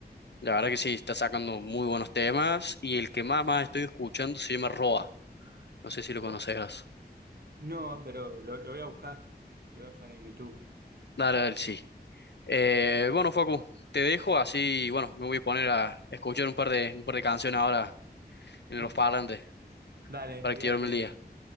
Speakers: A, on the left; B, on the right.
A: La verdad que sí, está sacando muy buenos temas y el que más más estoy escuchando se llama Roa, no sé si lo conocerás.
B: Buah. No, pero lo, lo voy a buscar, lo voy a buscar en YouTube.
A: Dale, dale, sí. Eh, bueno, Facu, te dejo así, bueno, me voy a poner a escuchar un par de, un par de canciones ahora en
B: <laughs>
A: los parlantes
B: Dale,
A: para
B: cuídate,
A: activarme el día.